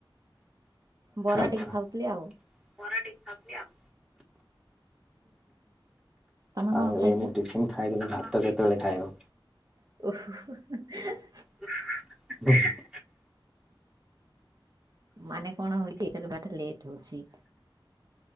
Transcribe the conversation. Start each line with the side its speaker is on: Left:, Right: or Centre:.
Right: ବରା
Centre: ଆଚ୍ଛା।
Right: ଟିକେ ଖାଉଥିଲି ଆଉ।
Centre: ବରା ଟିକେ ଖାଉଛି ଆଉ।
Right: ତମେ
Centre: ଆଉ
Right: କଣ ଖାଇଛ?
Centre: ଏଇନେ ଟିଫିନ ଖାଇଦେଲ ତ ଭାତ କେତେବେଳେ ଖାଇବ?
Right: <unintelligible>
Centre: <unintelligible>
Right: ମାନେ କଣ ହଇଛି ଚାଲ ବାଟା ଲେଟ ହଉଛି।